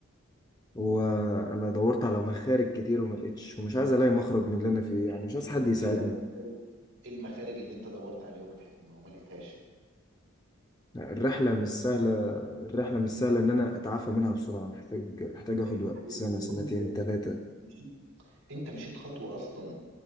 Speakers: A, on the left; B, on the right.
A: وانا دورت على مخارج كتير وما لقيتش ومش عايز الاقي مخرج من اللي انا
B: طيب
A: فيه يعني
B: احكي
A: مش عايز حد
B: لي طيب
A: يساعدني
B: ايه بقى المخارج ايه المخارج اللي انت دورت عليها وما لحق- وما ما لقيتهاش
A: الرحله مش سهله الرحله مش سهله ان انا اتعافى منها بسرعه محتاج محتاج
B: طيب
A: اخد وقت
B: يا حبيبي
A: سنه
B: هو
A: سنتين
B: انت
A: ثلاثه
B: مشيت انت مشيت خطوه اصلا